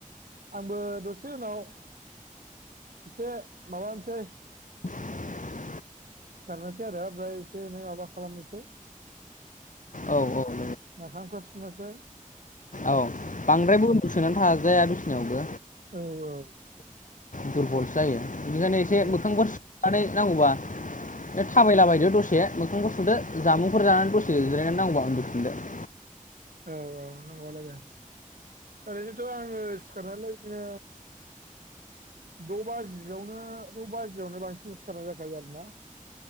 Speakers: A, on the right; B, on the left.
A: आंबो दसे उनाव एसे माबानोसै
B: <inaudible>
A: सिखारनोसै आरो ओमफ्राय एसे माबा खालामनोसै
B: औ औ
A: मोखांफोर सुनोसै
B: औ बांद्रायबो उनदुसोनानै थाजाया बिसिनायावबो
A: औ औ
B: दुरबलसो जायो बेनिखायनो एसे
A: औ
B: मोखांफोर सुनानै नांगौबा बे थाबायला बायदो दसे, मोखांखौ सुदो, जामुंफोर जानानै दसे जिरायनानै नांगौबा उन्दुफिनदो। <inaudible>
A: औ औ नंगौ लायो। ओरैनोथ' आङो सिखारनानै इदिनो द' बाजियावनो द' बाजियावनो बांसिन सिखारनाय जाखायो आरोना।